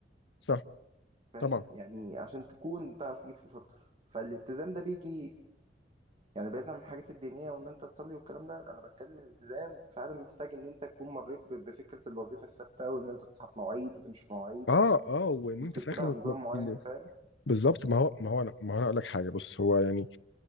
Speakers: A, on the left (about 75°); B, on the right (about 35°).
A: صح
B: فاهم
A: طبعا
B: يعني عشان تكون تعرف تجيب فلوس اكتر فالالتزام ده بيجي يعني بعيدا عن الحاجات الدينية وإن أنت تصلي والكلام ده أنا بتكلم الالتزام فعلا محتاج إن أنت تكون مريت ب- بفكرة الوظيفة الثابتة وإن أنت تصحى في مواعيد وتمشي في مواعيد
A: اه اه وان
B: وتتبع
A: انت في الاخر
B: نظام
A: م-
B: معين
A: م-
B: فاهم؟
A: بالظبط ما هو ما هو انا ما هو انا اقول لك حاجه بص هو يعني